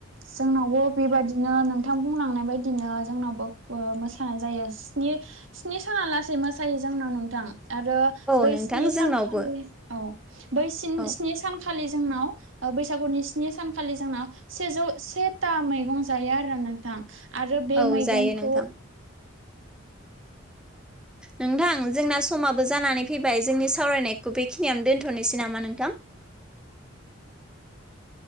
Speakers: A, on the right; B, in the centre.
A: जोंनावबो बेबायादिनो बिथां बुंलांनाय बायदिनो जोंनावबो ओ मोसानाय जायो स्नि स्नि साना लासै मोसायो जोंनाव नोंथां। आरो
B: औ
A: बै
B: नोंथां
A: स्नि सानखालि
B: जोंनावबो
A: औ बै स्नि-स्नि
B: औ
A: सानखालि जोंनाव बैसागुनि स्नि सानखालि जोंनाव सेजौ सेथा मैगं जायो आरोना नोंथां। आरो बे
B: औ
A: मैगंखौ
B: जायो नोंथां नोंथां जोंना समाबो जानानै फैबाय जोंनि सावरायनायखौ बेखिनियावनो दोनथ'नोसै नामा नोंथां?